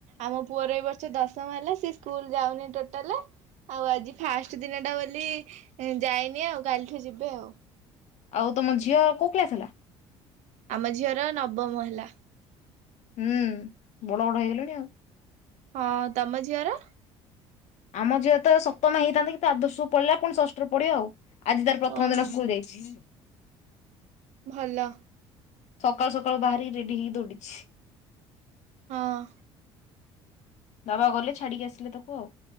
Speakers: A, on the right; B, on the left.
A: ଆମ ପୁଅର ଏ ବର୍ ବର୍ଷ ଦଶମ ହେଲା ସ ସ୍କୁଲ ଯାଉନି ଟୋଟାଲ। ଆଉ ଆଜି ଫାଷ୍ଟ ଦିନ ଟା ବୋଲି ଯାଇନି ଆଉ କାଲିଠୁ ଯିବେ ଆଉ।
B: ଆଉ ତମ ଝିଅ କୋଉ କ୍ଲାସ ହେଲା?
A: ଆମ ଝିଅର ନବମ ହେଲା।
B: ହୁଁ ବଡ ବଡ ହେଇଗଲେଣି ଆଉ।
A: ହଁ, ତମ ଝିଅର?
B: ଆମ ଝିଅ ତ ସପ୍ତମ ହେଇଥାନ୍ତା କିନ୍ତୁ ଆଦର୍ଶ କୁ ପଳେଇଲା ପୁଣି ଷଷ୍ଠରେ ପଡିବ ଆଉ। ଆଜି ତାର ପ୍ରଥମ
A: ଓହୋ
B: ଦିନ ସ୍କୁଲ ଯାଇଛି।
A: ଭଲ।
B: ସକାଳୁ ସକାଳୁ ବାହାରି ରେଡି ହେଇି ଦୌଡିଛି।
A: ହଁ।
B: ବାବା ଗଲେ ଛାଡ଼ିକି ଆସିଲେ ତାକୁ ଆଉ,